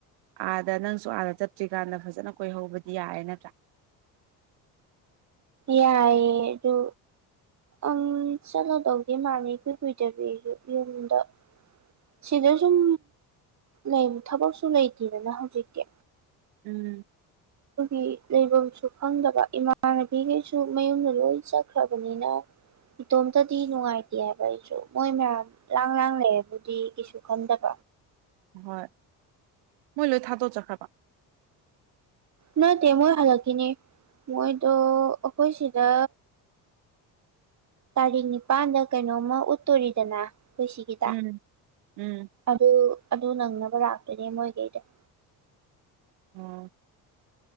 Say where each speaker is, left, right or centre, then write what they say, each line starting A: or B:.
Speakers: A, on the right; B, on the right.
A: ꯑꯥꯗ ꯅꯪꯁꯨ ꯑꯥꯗ ꯆꯠꯇ꯭ꯔꯤꯀꯥꯟꯗ ꯐꯖꯅ ꯀꯣꯏꯍꯧꯕꯗꯤ ꯌꯥꯔꯦ ꯅꯠꯇ꯭ꯔꯥ
B: ꯌꯥꯏꯑꯦ ꯑꯗꯨ ꯑꯪ ꯆꯠꯂꯗꯧꯒꯦ ꯃꯥꯅꯤ ꯏꯀꯨꯏ ꯀꯨꯏꯗꯕꯤ ꯑꯩꯁꯨ ꯌꯨꯝꯗ ꯁꯤꯗ ꯁꯨꯝ ꯂꯩ ꯊꯕꯛꯁꯨ ꯂꯩꯇꯦꯗꯅ ꯍꯧꯖꯤꯛꯇꯤ
A: ꯎꯝ
B: ꯑꯗꯨꯒꯤ ꯂꯩꯕꯝꯁꯨ ꯈꯪꯗꯕ ꯏꯃꯥꯟꯅꯕꯤꯈꯩꯁꯨ ꯃꯌꯨꯝꯗ ꯂꯣꯏ ꯆꯠꯈ꯭ꯔꯕꯅꯤꯅ ꯏꯇꯣꯝꯇꯗꯤ ꯅꯨꯡꯉꯥꯏꯇꯦ ꯍꯥꯏꯕ ꯑꯩꯁꯨ ꯃꯣꯏ ꯃꯌꯥꯝ ꯂꯥꯡ ꯂꯥꯡ ꯂꯩꯩꯔꯕꯨꯗꯤ ꯀꯩꯁꯨ ꯈꯟꯗꯕ꯭
A: ꯍꯣꯏ ꯃꯣꯏ ꯂꯣꯏ ꯊꯥꯗꯣꯛꯑꯒ ꯆꯠꯈ꯭ꯔꯕ
B: ꯅꯠꯇꯦ ꯃꯣꯏ ꯍꯜꯂꯛꯈꯤꯅꯤ ꯃꯣꯏꯗꯣ ꯑꯩꯈꯣꯏ ꯁꯤꯗ ꯇꯥꯔꯤꯛ ꯅꯤꯄꯥꯟꯗ ꯀꯩꯅꯣꯝꯃ ꯎꯠꯇꯨꯔꯤꯗꯅ ꯑꯩꯈꫭꯏꯁꯤꯒꯤꯗ
A: ꯎꯝ ꯎꯝ
B: ꯑꯗꯨ ꯑꯗꯨ ꯅꯪꯅꯕ ꯂꯥꯛꯇꫭꯏꯅꯦ ꯃꯣꯏꯒꯩꯗꫭ
A: ꯑꫭ